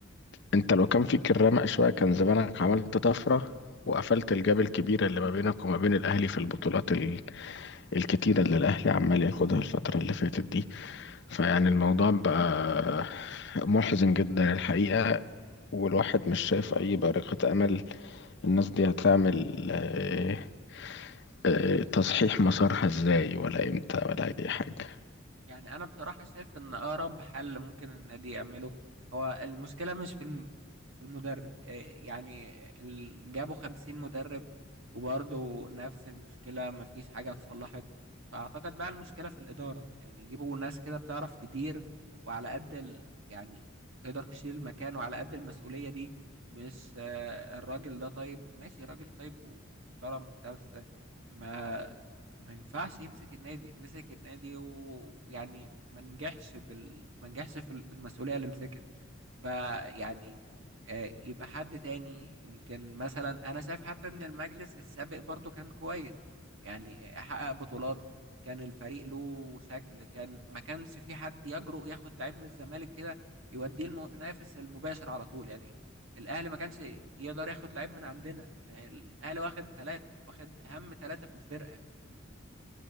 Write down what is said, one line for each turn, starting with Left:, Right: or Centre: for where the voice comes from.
Left: انت لو كان فيك الرمق شوية كان زمانك عملت طفرة وقفلت الجاب الكبيرة اللي ما بينك وما بين الأهلي في البطولات ال- الكتيرة اللي الأهلي عمال ياخدها الفترة اللي فاتت دي فيعني الموضوع بقى محزن جدا الحقيقة والواحد مش شايف أي بارقة أمل الناس دي هتعمل آه، آه، تصحيح مسارها ازاي ولا امتى ولا أي حاجة
Right: يعني انا بصراحه شايف ان اقرب حل ممكن النادي يعمله هو المشكله مش في الم... في المدرب إيه يعني ال... جابوا خمسين مدرب وبرضه نفس المشكله مفيش حاجه اتصلحت فاعتقد بقى المشكله في الاداره يعني يجيبوا ناس كده بتعرف تدير وعلى قد ال... يعني تقدر تشيل المكان وعلى قد المسؤوليه دي مش آه، الراجل ده طيب ماشي راجل طيب ومحترم وبتاع بس ما ما ينفعش يمسك النادي مسك النادي ويعني ما نجحش بال ما نجحش في ال- في المسؤولية اللي مسكها فيعني آه، يبقى حد تاني يمكن مثلا انا شايف حتى ان المجلس السابق برضو كان كويس يعني حقق بطولات كان الفريق له شكل كان ما كانش في حد يجرؤ ياخد لعيب من الزمالك كده يوديه المنافس المباشر على طول يعني الاهلي ما كانش يقدر ياخد لعيب من عندنا يعني الاهلي واخد ثلاثة واخد اهم ثلاثة في الفرقة